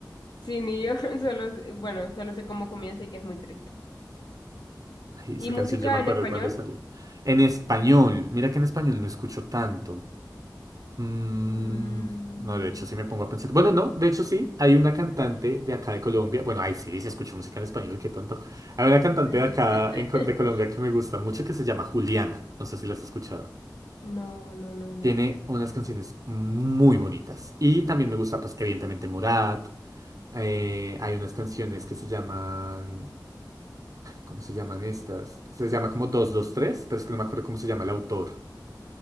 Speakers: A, on the left; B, on the right.
A: Sí, ni yo, <laughs> solo, sé- bueno, solo sé cómo comienza y que es muy triste.
B: Ay,
A: ¿Y
B: esa
A: música
B: canción yo me
A: en
B: acuerdo
A: español?
B: de cuándo salió. En español, mira que en español no escucho tanto. Mm,
A: Mm,
B: no, de hecho, sí me pongo a pensar. Bueno, no, de hecho, sí. Hay una cantante de acá de Colombia. Bueno, ay, sí, sí escucho música en español, qué tonto. Hay una cantante de acá
A: <laughs>
B: en Co- de Colombia que me gusta mucho que se llama Juliana. No sé si la has escuchado.
A: no, no, no, no.
B: Tiene unas canciones muy bonitas. Y también me gusta, pues, evidentemente, Morat. Eh, hay unas canciones que se llaman. ¿Cómo se llaman estas? Se llama como dos dos tres pero es que no me acuerdo cómo se llama el autor.